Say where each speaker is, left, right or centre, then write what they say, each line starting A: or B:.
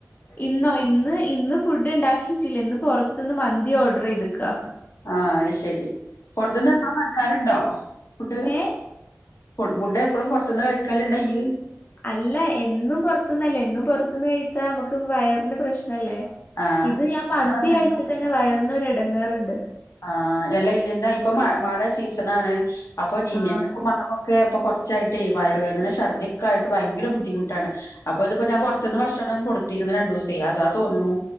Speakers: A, on the left; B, on the left.
A: ഇന്നോ ഇന്ന് ഇന്ന് ഫുഡ് ഇണ്ടാക്കിറ്റില്ല ഇന്ന് പൊറത്ത്ന്ന് മന്തി ഓർഡറെയ്ത്ക്കാ
B: ആഹ് അയ്ശരി പെറത്ത്ന്ന് എപ്പളും വാങ്ങിക്കാറുണ്ടോ ഫുഡ്
A: ഏഹ്
B: ഫുഡ് ഫുഡ് എപ്പളും പൊറത്ത്ന്ന് കഴിക്കല്ണ്ടോ ഇയ്യ്
A: അല്ല എന്നും പൊറത്ത്ന്നല്ല എന്നും പൊറത്ത്ന്ന് കഴിച്ചാ അമ്മക്ക് വയറിന് പ്രശ്നല്ലേ
B: ആഹ്
A: ഇത് ഞാൻ മന്തി
B: എന്നാ പറഞ്ഞെ
A: കഴിച്ചിട്ടെന്നെ വയറിനൊരു എടങ്ങേറ്ണ്ട്
B: ആഹ് എല്ലാ ഇയ്യെന്താ ഇപ്പം മ മഴ സീസനാണ് അപ്പൊ നീ <unintelligible>
A: ആഹ്
B: മക്കള്ക്കൊ ക്കെ ഇപ്പൊ കൊറച്ചായിട്ടേ വയറുവേദന ശർദ്ദിയൊക്കായിട്ട് ഭയങ്കര ബുദ്ധിമുട്ടാണ് അപ്പൊ ഇത് പിന്നെ ഞാൻ പൊറത്ത്ന്ന് ഭക്ഷണം കൊടുത്തിരുന്നു രണ്ടുസേ അതാ തോന്നുണു